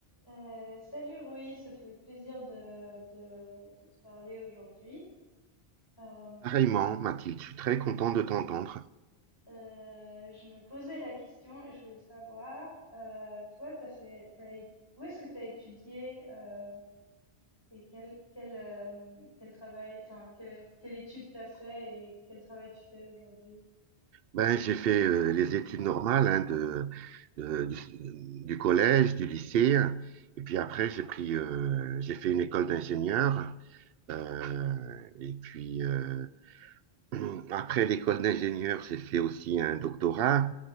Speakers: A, on the left; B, on the right.
A: Euh, salut Rui, ça fait plaisir de, de, de te parler aujourd'hui. Euh,
B: Pareillement, Mathilde, je suis très content de t'entendre.
A: euh, je me posais la question et je voulais savoir, euh, toi, t'as fait, t'as, é- où est-ce que tu as étudié euh, et quel, quel, euh, quel travail, enfin, quelle, quelle étude t'as fait et quel travail tu fais aujourd'hui?
B: Ben, j'ai fait euh, les études normales hein, de, de- du, du collège, du lycée, et puis après j'ai pris, euh, j'ai fait une école d'ingénieur. euh, et puis euh, <clears throat> après l'école d'ingénieur, j'ai fait aussi un doctorat,